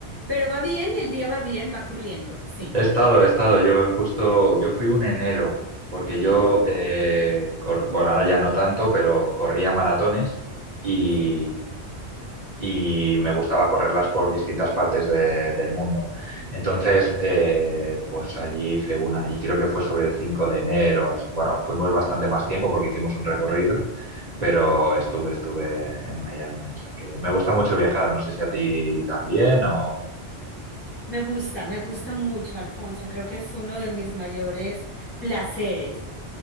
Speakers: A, on the left; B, on the right.
A: pero va bien y el día va bien, va corriendo, sí.
B: He estado, he estado. Yo justo, yo fui un enero, porque yo,
A: Mm,
B: eh, cor- bueno, ahora ya no tanto, pero corría maratones y.
A: sí,
B: y me gustaba correrlas por distintas partes de- del mundo. Entonces, eh, pues allí hice una y creo que fue sobre el 5 de enero, así. Bueno, fuimos bastante más tiempo porque hicimos un recorrido, pero estuve, estuve en Miami. O sea que me gusta mucho viajar, no sé si a ti también o...
A: me gusta, me gusta mucho, Alfonso, creo que es uno de mis mayores placeres.